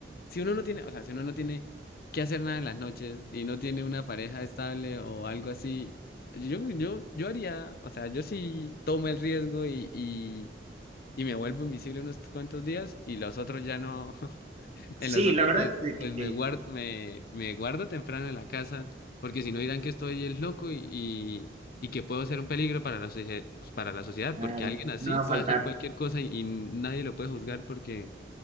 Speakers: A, on the left (about 55°); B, on the right (about 35°).
A: si uno no tiene, o sea, si uno no tiene que hacer nada en las noches y no tiene una pareja estable o algo así, yo, yo, yo haría, o sea, yo sí tomo el riesgo y, y, y me vuelvo invisible unos cuantos días y los otros ya no, <laughs> En
B: Sí,
A: los otros,
B: la verdad
A: pues,
B: es
A: pues
B: de
A: me
B: que,
A: guardo, me, me guardo temprano en la casa, porque si no dirán que estoy el loco y, y, y que puedo ser un peligro para la socie- pues, para la sociedad,
B: claro,
A: porque alguien así
B: no va
A: puede
B: a faltar.
A: hacer cualquier cosa y, y nadie lo puede juzgar porque,